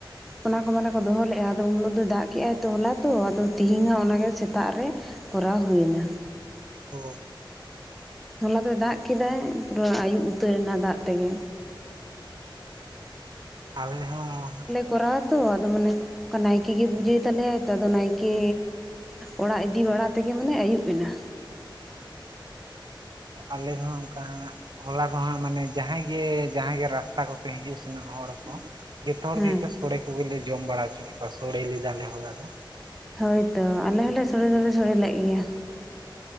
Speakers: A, in the centre; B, on the right.
A: ᱚᱱᱟ ᱠᱚ ᱢᱟᱱᱮ ᱠᱚ ᱫᱚᱦᱚ ᱞᱮᱜᱼᱟ ᱟᱫᱚ ᱩᱱᱦᱤᱞᱳᱜ ᱫᱚ ᱫᱟᱜ ᱠᱮᱫᱜᱟᱭ ᱛᱚ ᱦᱚᱞᱟ ᱛᱚ ᱟᱫᱚ ᱛᱤᱦᱤᱧ ᱫᱚ ᱚᱱᱟᱜᱮ ᱥᱮᱛᱟᱜ ᱨᱮ, ᱠᱚᱨᱟᱣ ᱦᱩᱭᱮᱱᱟ᱾
B: ᱚ
A: ᱦᱚᱞᱟ ᱫᱚᱭ ᱫᱟᱜ ᱠᱮᱫᱟ ᱯᱩᱨᱟᱹ ᱟᱭᱩᱵ ᱩᱛᱟᱹᱨ ᱮᱱᱟ ᱫᱟᱜ ᱛᱮᱜᱮ᱾
B: ᱚ ᱟᱞᱮ ᱦᱚᱸ,
A: ᱠᱚᱨᱟᱣᱟᱛᱚ ᱟᱫᱚ ᱢᱟᱱᱮ ᱱᱟᱭᱠᱮ ᱜᱮ ᱯᱩᱡᱟᱹᱭ ᱛᱟᱞᱮᱟᱭᱟ ᱛᱚ ᱟᱫᱚ ᱱᱟᱭᱠᱮ ᱚᱲᱟᱜ ᱤᱫᱤ ᱵᱟᱲᱟ ᱛᱮᱜᱮ ᱢᱟᱱᱮ ᱟᱹᱭᱩᱵ ᱮᱱᱟ᱾
B: ᱚ ᱟᱞᱮ ᱦᱚᱸ ᱚᱱᱠᱟ, ᱦᱚᱞᱟ ᱫᱚᱦᱟᱸᱜ ᱢᱟᱱᱮ ᱡᱟᱦᱟᱸᱭ ᱜᱮ ᱡᱟᱦᱟᱸᱭ ᱜᱮ ᱨᱟᱥᱛᱟ ᱠᱚᱛᱮ ᱦᱤᱡᱩᱜ ᱥᱮᱱᱚᱜ ᱦᱚᱲ ᱠᱚ, ᱡᱚᱛᱚ ᱦᱚᱲ
A: ᱦᱮᱸ
B: ᱜᱮᱠᱚ ᱥᱚᱲᱮ ᱠᱚᱜᱮᱞᱮ ᱡᱚᱢ ᱵᱟᱲᱟ ᱦᱚᱪᱚᱠᱮᱫ ᱠᱚᱣᱟ ᱥᱚᱲᱮ ᱞᱮᱫᱟᱞᱮ ᱦᱚᱞᱟ ᱫᱚ,
A: ᱦᱳᱭᱛᱚ ᱟᱞᱮ ᱦᱚᱸᱞᱮ ᱥᱳᱲᱮ ᱫᱚᱞᱮ ᱥᱳᱲᱮ ᱞᱮᱫ ᱜᱮᱭᱟ,